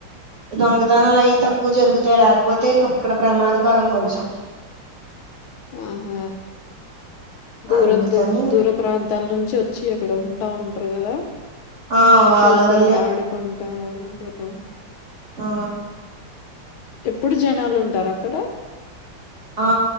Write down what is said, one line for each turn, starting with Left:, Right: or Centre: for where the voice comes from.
Right: దొంగతనాలు అవి తక్కువ జరుగుతాయి లేకపోతే ఇక్కడ ప్రమాదకరం కొంచెం
Left: హ్మ్మ్ దూరం
Right: అందుకని
Left: దూ దూర ప్రాంతాల నుంచి వచ్చి అక్కడ ఉంటా ఉంటారు. కదా
Right: ఆ వాళ్ళ
Left: చూసి
Right: వల్లే
Left: ఆడుకుంటా అంటారు.
Right: ఆ
Left: ఎప్పుడు జనాలు ఉంటారా అక్కడ
Right: ఆ